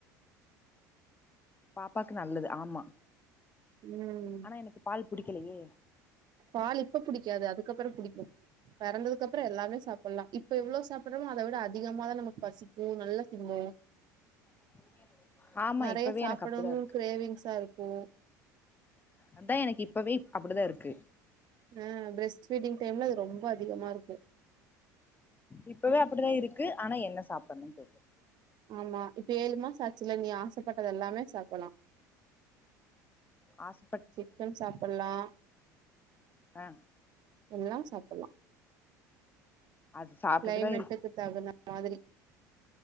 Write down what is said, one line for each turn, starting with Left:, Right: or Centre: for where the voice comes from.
Left: பாப்பாக்கு நல்லது ஆமா
Right: ம்
Left: ஆனா எனக்கு பால் புடிக்கலையே
Right: பால் இப்ப புடிக்காது அதுக்கப்பறோ புடிக்கு பெறந்ததுக்கப்றோ எல்லாமே சாப் புல்லா இப்ப எவ்ளோ சாப்புட்றமோ அத விட அதிகமாதா நமக்கு பசிக்கு நல்லா திம்போ
Left: <inaudible>
Right: நெறையா
Left: இப்பவே
Right: சாப்புடவூ
Left: எனக்கு அப்டிதா இருக்கு
Right: கிரேவிங்ஸா இருக்கு
Left: அதா எனக்கு இப்பவே அப்பிடிதா இருக்கு
Right: ஆ பிரஸ்ட் ஃபீடிங் டைம்ல அது ரொம்ப அதிகமா இருக்கு
Left: இப்பவே அப்பிடிதா இருக்கு ஆனா என்ன சாப்புட்னூன் தெரியல
Right: ஆமா இப்ப ஏழுமாசாச்சில நீ ஆசப்பட்டத எல்லாமே சாப்புட்லா
Left: ஆச
Right: சிக்கன் சாப்புட்லா
Left: ஆ
Right: எல்லா சாப்புட்லா
Left: அது சாப்ட்டுட்டுதா
Right: கிளைமேட்டுக்குத் தகுந்த மாதிரி